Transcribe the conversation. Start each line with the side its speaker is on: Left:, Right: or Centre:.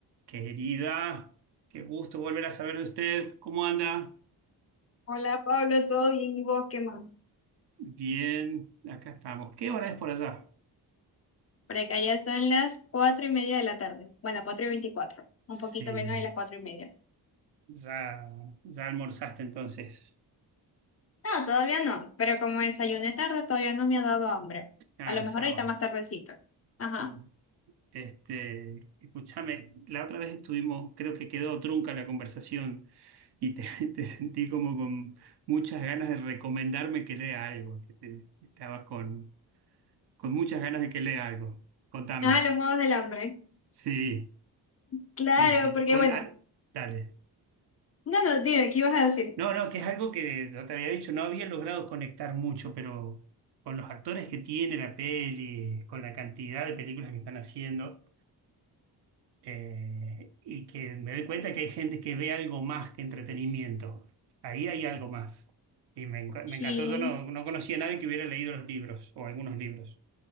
Right: Querida, qué gusto volver a saber de usted. ¿Cómo anda?
Left: Hola Pablo, ¿todo bien? ¿Y vos qué más?
Right: Bien, acá estamos. ¿Qué hora es por allá?
Left: Por acá ya son las cuatro y media de la tarde. Bueno, cuatro y veinticuatro.
Right: Sí,
Left: Un poquito menos de las cuatro y media.
Right: ya, ya almorzaste entonces.
Left: No, todavía no. Pero como desayuné tarde, todavía no me ha dado hambre.
Right: Ah,
Left: A lo
Right: es
Left: mejor
Right: sábado.
Left: ahorita más tardecito. Ajá.
Right: Mm. Este, escúchame, la otra vez estuvimos, creo que quedó trunca la conversación y te, <laughs> te sentí como con muchas ganas de recomendarme que lea algo, que te- estabas con, con muchas ganas de que lea algo. Contame.
Left: Ah, los juegos del hambre.
Right: Sí,
Left: Claro,
Right: sí, sí.
Left: porque
Right: Con,
Left: bueno.
Right: ah, dale.
Left: No, no, dime, ¿qué ibas a decir?
Right: No, no, que es algo que yo te había dicho, no había logrado conectar mucho, pero con los actores que tiene la peli, con la cantidad de películas que están haciendo, eh, y que me doy cuenta que hay gente que ve algo más que entretenimiento. Ahí hay algo más. Y me, enca- me
Left: Sí.
Right: encantó, yo no, no conocía a nadie que hubiera leído los libros o algunos libros.